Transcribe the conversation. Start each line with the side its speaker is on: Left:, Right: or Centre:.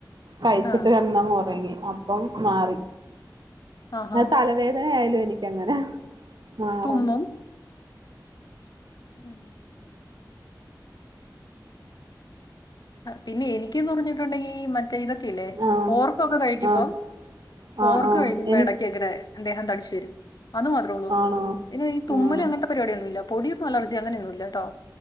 Right: കഴിച്ചിട്ട്
Left: ആഹ്
Right: കടന്നങ്ങൊറങ്ങി അപ്പം മാറി
Left: ആഹാ
Right: അത് തലവേദനായാലോയ്‌ നിക്കങ്ങനേ മാറും
Left: തുമ്മും ഉം അ പിന്നെ എനിക്ക്ന്ന് പറഞ്ഞിട്ടുണ്ടെങ്കി മ റ്റേ തൊക്കെയില്ലേ
Right: ആഹ്
Left: പോർക്കൊക്കെ കഴിക്കുമ്പോ
Right: ആഹ്
Left: പോർക്ക്
Right: ആഹ് ആഹ്
Left: കഴിക്കുമ്പോ
Right: എനി
Left: എടക്കിങ്ങനെ ദേഹം തടിച്ചു തരും അതു മാത്രേ ഉള്ളൂ
Right: ആണോ
Left: പിന്നെ ഈ തുമ്മല്
Right: ആഹ്
Left: അങ്ങനത്തെ പരിപാടിയൊന്നുല്ല പൊടിയൊക്കെ അലർജി അങ്ങനൊന്നും ഇല്ലാട്ടോ